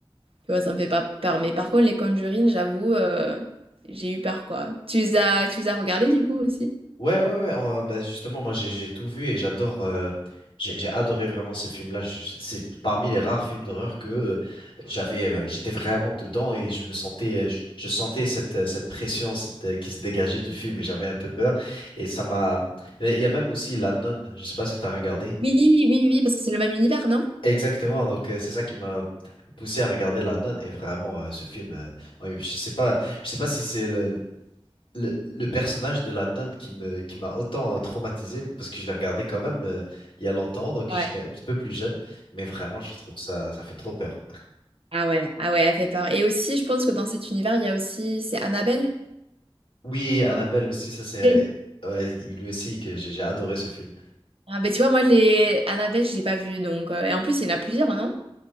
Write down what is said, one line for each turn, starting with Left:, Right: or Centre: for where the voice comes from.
Right: Tu vois, ça me fait pas peur. Mais par contre, les Conjuring, j'avoue, euh, j'ai eu peur, quoi. Tu les as, tu les as regardés, du coup, aussi?
Left: Ouais, ouais, ouais. euh, ben justement, moi j'ai j'ai tout vu et j'adore. euh, j'ai j'ai adoré vraiment ce film-là. Je- C'est parmi les rares films d'horreur que euh, j'avais. euh, j'étais vraiment dedans et je me sentais. euh, je, je sentais cette euh, cette pression cette, euh, qui se dégageait du film et j'avais un peu peur. Et ça m'a. Il y a même aussi La Nonne. Je sais pas si t'as regardé.
Right: Oui, oui, oui, oui, parce que c'est le même univers, non?
Left: Exactement, donc euh, c'est ça qui m'a poussé à regarder La Nonne et vraiment euh, ce film, euh, ouais, je sais pas, je sais pas si c'est le, le, le personnage de La Nonne qui me, qui m'a autant euh, traumatisé parce que je l'ai regardé quand même euh, il y a longtemps, donc
Right: Ouais.
Left: j'étais un petit peu plus jeune, mais vraiment je trouve ça, ça fait trop peur.
Right: Ouais. Ah ouais, elle fait peur. Et aussi, je pense que dans cet univers, il y a aussi... C'est Annabelle, je
Left: Oui, Annabelle
Right: crois.
Left: aussi, ça c'est
Right: Oui.
Left: ouais, lui aussi que j'ai j'ai adoré ce film.
Right: Ah, ben tu vois, moi, les... Annabelle, je l'ai pas vue, donc... euh, Et en plus, il y en a plusieurs, non?